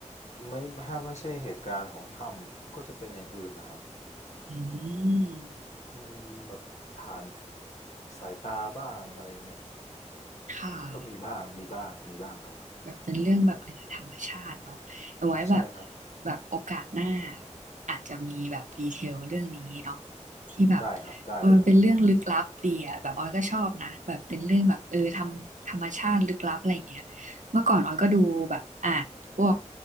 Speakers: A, on the left; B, on the right.
A: ไม่ถ้าไม่ใช่เหตุการณ์ของถ้ำก็จะเป็นอย่างอื่นนะครับ
B: อืม
A: อืมแบบผ่านสายตาบ้างอะไรเงี้ย
B: ค่ะ
A: ก็มีบ้าง มีบ้าง มีบ้างครับ
B: แบบเป็นเรื่องแบบเหนือธรรมชาติเนาะเอาไว้แบบ
A: ใช่ครับ
B: แบบโอกาสหน้าอาจจะมีแบบดีเทลเรื่องนี้เนาะที่แบบ
A: ได้ครับ ได้เลยครับ
B: มันเป็นเรื่องลึกลับดีอ่ะแบบออยก็ชอบนะแบบเป็นเรื่องแบบเออทำธรรมชาติลึกลับอะไรอย่างเงี้ยเมื่อก่อนออยก็ดูแบบอ่านพวก